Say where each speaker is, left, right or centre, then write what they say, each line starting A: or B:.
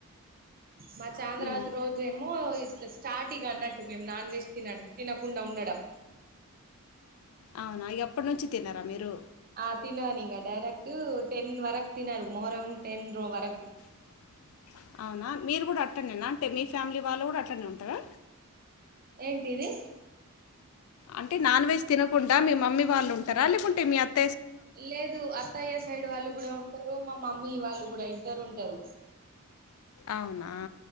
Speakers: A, on the right; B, on the left.
A: మా చాంద్రాజ
B: ఉమ్.
A: రోజేమో స్ట స్టార్టింగ్ అన్నట్టు మేము నాన్ వెజ్ తిన తినకుండా ఉండడం
B: అవునా ఇగ అప్పటి నుంచి తినారా మీరు.
A: ఆ తినాలి ఇగా, డైరెక్ట్ టెన్ వరక్ తినారు మొహరం టెన్ రో వరకు.
B: <inaudible> అవునా, మీరు గుడా అట్లనేనా, అంటే మీ ఫ్యామిలీ వాళ్ళు గుడా అట్లానే ఉంటారా.
A: ఏంటిది.
B: అంటే నాన్ వెజ్ తినకుండా మీ మమ్మీ వాళ్ళు ఉంటారా, లేకుంటే మీ అత్
A: లేదు అత్తయ్య సైడ్ వాళ్ళు గుడా ఉన్ టారు, మా మమ్మీ వాళ్ళు గుడా ఇద్దరు ఉంటారు.
B: అవునా.